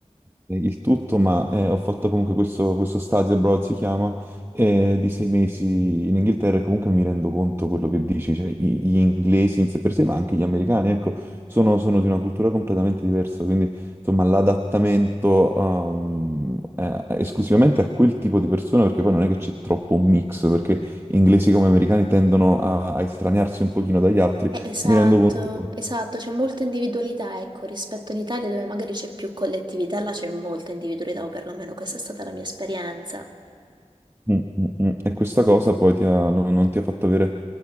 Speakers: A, on the right (about 20°); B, on the right (about 40°).
A: eh, il tutto, ma eh, ho fatto comunque questo, questo stadio abroad, si chiama, eh, di sei mesi in Inghilterra e comunque mi rendo conto quello che dici, cioè i- gli inglesi in sé per sé, ma anche gli americani, ecco, sono, sono di una cultura completamente diversa, quindi insomma l'adattamento um, eh, esclusivamente a quel tipo di persona, perché poi non è che c'è troppo un mix, perché inglesi come americani tendono a, a estraniarsi un pochino dagli altri,
B: Eh, esatto,
A: mi rendo conto.
B: esatto, c'è molta individualità, ecco, rispetto in Italia dove magari c'è più collettività, là c'è molta individualità, o perlomeno questa è stata la mia esperienza.
A: Mm, mm, mm. E questa cosa poi ti ha- no- non ti ha fatto avere